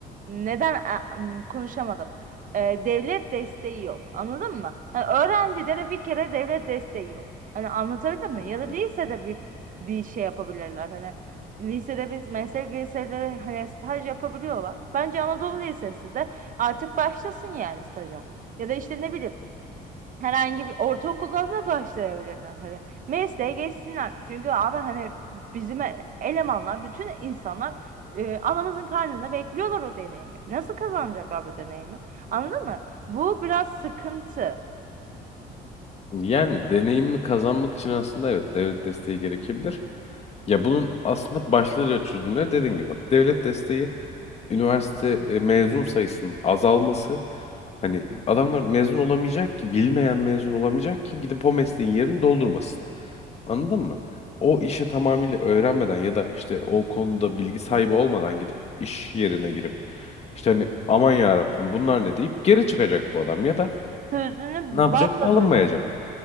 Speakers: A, on the right; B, on the left.
A: neden a- m, konuşamadım? Ee, devlet desteği yok. Anladın mı? Hani öğrencilere bir kere devlet desteği yok. Hani anlatabildim mi?
B: hı hı.
A: Ya da lisede bir bir şey yapabilirler. Hani lisede biz meslek liseleri hani staj yapabiliyorlar. Bence Anadolu Lisesi de artık başlasın yani staja. Ya da işte ne bileyim Herhangi bir ortaokulda da başlayabilirler hani mesleğe geçsinler çünkü abi hani bizim e- elemanlar bütün insanlar e, anamızın karnında bekliyorlar o deneyimi nasıl kazanacaklar bu deneyimi anladın mı bu biraz sıkıntı
B: Yani deneyimi kazanmak için aslında evet devlet desteği gerekebilir. Ya bunun aslında başlıca çözümleri dediğin gibi bak devlet desteği üniversite e, mezun sayısının azalması Hani adamlar mezun olamayacak ki, bilmeyen mezun olamayacak ki gidip o mesleğin yerini doldurmasın. Anladın mı? O işi tamamıyla öğrenmeden ya da işte o konuda bilgi sahibi olmadan gidip iş yerine girip işte hani aman ya Rabbim bunlar ne deyip geri çıkacak bu adam ya da
A: sözünü
B: ne yapacak?
A: balla
B: Alınmayacak.
A: böz